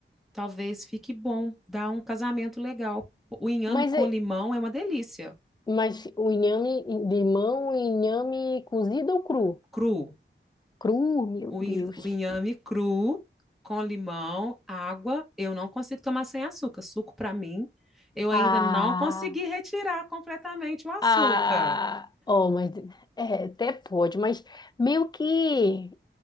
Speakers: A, in the centre; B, on the left.
A: talvez fique bom, dá um casamento legal. O inhame
B: Mas,
A: com
B: é-
A: limão é uma delícia,
B: mas o inhame de mão, e inhame cozido ou cru?
A: cru.
B: Cru, meu
A: o,
B: Deus.
A: in- o inhame cru com limão, água, eu não consigo tomar sem açúcar. Suco para mim, eu ainda
B: Ah,
A: não consegui retirar completamente o açúcar.
B: ah. Oh, mas é, até pode, mas meio que